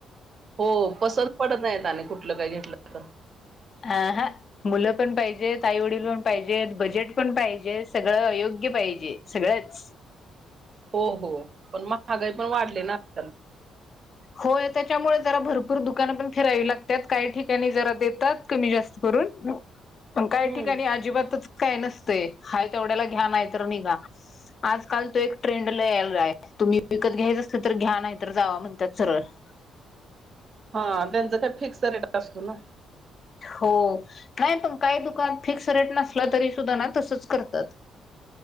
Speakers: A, on the right; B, on the left.
A: हो पसंत पडत नाहीत आनी कुठं. कुटल काय घेतलं?
B: हा हा मुलं पण पाहिजेत. आई वडील पण पाहिजेत. बजेट पण पाहिजे. सगळं अयोग्य पाहिजे सगळंच..
A: हो हो पण मग महागाई पण वाढली ना, आजकाल.
B: हो त्याच्यामुळे जरा भरपूर दुकानं पण फिरावी लागतात काही ठिकाणी जरा देतात कमी जास्त करून पण काय
A: हम्म
B: ठिकाणी अजिबातच काय नसते हा तेवढ्याला घ्या नाही तर निघा आजकाल तो एक ट्रेंडला यायलाय तुम्ही विकत घ्यायचं अस तर घ्या नाही तर जावा म्हण <unintelligible>
A: हा त्यांच काय फिक्स रेट जास्त ना
B: हो नाही पण काही दुकान फिक्स रेट नसलं तरी सुधना तसच करतात